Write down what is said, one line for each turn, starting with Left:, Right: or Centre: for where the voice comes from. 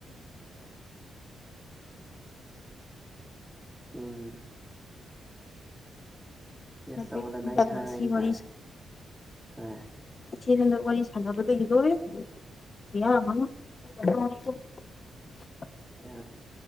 Centre: ꯎꯝ ꯌꯦꯁ
Left: ꯍꯧꯖꯤꯛ
Centre: ꯆꯂꯋꯥꯅꯥꯏ
Left: ꯍꯟꯗꯛꯅ
Centre: ꯍꯥꯏ
Left: ꯁꯤ ꯋꯥꯔꯤ
Centre: ꯇꯥꯔꯦ ꯍꯥꯏ
Left: ꯏꯆ‌ꯦ ꯅꯪꯒ ꯋꯥꯔꯤ ꯁꯥꯟꯅꯕꯗꯒꯤ ꯂ‌ꯣꯏꯔ‌ꯦ ꯌꯥꯝ <unintelligible>
Centre: ꯑ